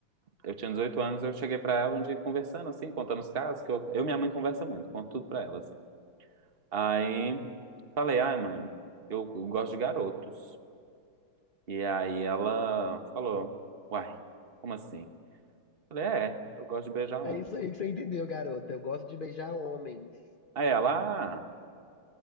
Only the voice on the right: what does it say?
Eu tinha 18 anos, eu cheguei pra ela um dia conversando, assim, contando os casos, que eu, eu e minha mãe conversa muito, conto tudo pra ela, assim. Aí falei, ai, mãe, eu gosto de garotos. E aí ela falou, uai, como assim? Falei, é, eu gosto de beijar
homem.
Aí ela, ah,